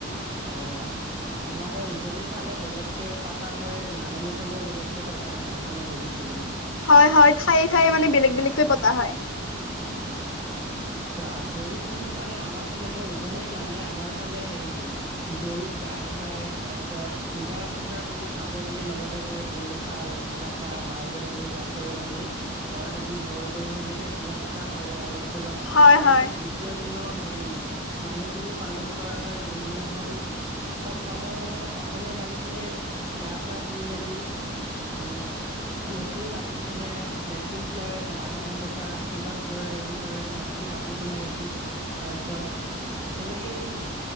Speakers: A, on the right; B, on the left.
A: অঁ'। মানে উজনিৰ ফালে বেলেগকৈ পতা হয় নামনিৰ ফালেও বেলেগকৈ পতা হয় সেইকাৰণে সুধিছিলোঁ।
B: হয় হয় ঠায়ে ঠায়ে মানে বেলেগ বেলেগকৈ পতা হয়।
A: অ', চোৱা গৰু বিহুত মানে আমাৰ ফালে মই উজনিৰ মানে আমাৰ ফালে হেই গৰুক গা ধুৱাই তাৰ পিছত পূজা চূজা কৰি খাব দিয়ে লগতে কয় গৰু খা বেঙেনা খা মাৰে সৰু বাপেৰে সৰু তই হবি বৰ গৰু সেনেকে পূজা চূজা কৰে অলপ চলপ
B: হয়
A: তাৰপিছত
B: হয়
A: দ্বিতীয় দিনৰ হেৰি মানুহ বিহু পালন কৰা হয় যোনদিনাখন চব মানুহে মানে অসমীয়া মানুহখিনিয় গা চা ধুই মেলি উম, নতুন কাপোৰ পিন্ধে ব্লেচিংছ লয় ডাঙৰ মানুহৰ পৰা আশীৰ্বাদ কৰে সেইবোৰ কৰে নতুন কাপোৰ পিন্ধে সেইবোৰ তাৰপিছত সেনেকেই